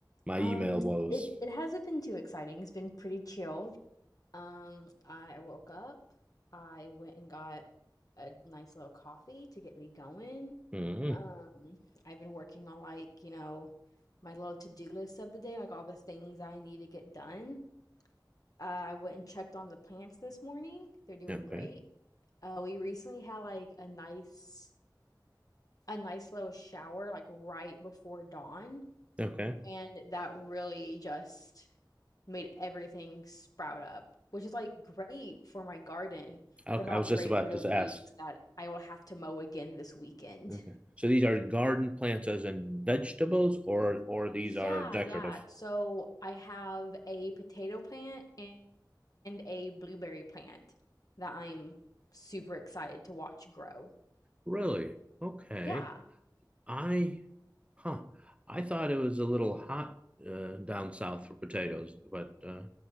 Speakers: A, on the right; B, on the left.
A: my
B: um
A: email woes.
B: it it hasn't been too exciting it's been pretty chill Um, I woke up. I went and got a nice little coffee to get me going.
A: Mm-hmm.
B: Um, I've been working on like, you know, my little to-do list of the day, like all the things I need to get done. Uh, I went and checked on the plants this morning. They're doing
A: Okay.
B: great. Uh, we recently had like a nice a nice little shower like right before dawn
A: Okay.
B: and that really just made everything sprout up, which is like great for my garden,
A: Okay,
B: but not
A: I was just
B: great
A: about
B: for the
A: to
B: weeds
A: ask.
B: that I will have to mow again this weekend.
A: Okay. So these are garden plants as in vegetables or or these
B: Yeah,
A: are decorative?
B: yeah. So I have a potato plant and, and a blueberry plant that I am super excited to watch grow.
A: Really? Okay.
B: Yeah.
A: I huh. I thought it was a little hot uh, down south for potatoes, but uh,